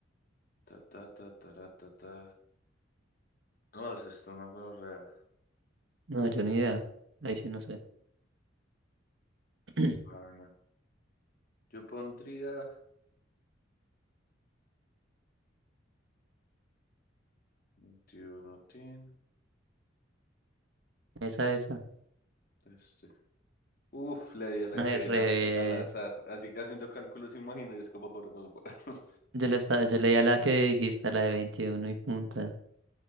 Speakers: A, on the left; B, on the right.
A: Ta, ta, ta, ta, ta, ta. No, es esto una gonorrea.
B: No, yo ni idea. Ahí sí no sé. <clears throat>
A: Ah, no. Yo pondría veintiuno, tin,
B: Esa, esa.
A: este. Uf, le di a la
B: No,
A: que
B: es re...
A: era f- al azar. Así que haciendo cálculos imaginarios como por... por- por- <laughs>
B: Yo, le estaba, yo leía la que dijiste, la de 21 y punta.